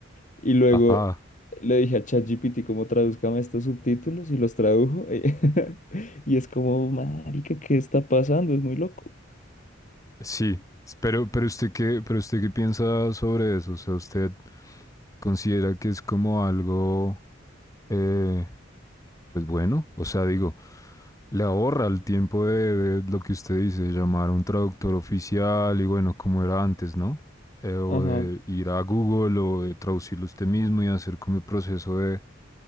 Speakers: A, on the left (about 40°); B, on the left (about 15°).
A: Y luego
B: ajá.
A: le dije a ChatGPT cómo tradúzcame estos subtítulos y los tradujo. <laughs> Y es como, marica, ¿qué está pasando? Es muy loco.
B: Sí. Pero, pero usted qué, pero usted qué piensa sobre eso? O sea, usted considera que es como algo eh, pues bueno, o sea, digo, le ahorra el tiempo de, de lo que usted dice, llamar a un traductor oficial y bueno, como era antes, ¿no? Eh, o
A: Ajá.
B: de ir a Google o de traducirlo usted mismo y hacer como el proceso de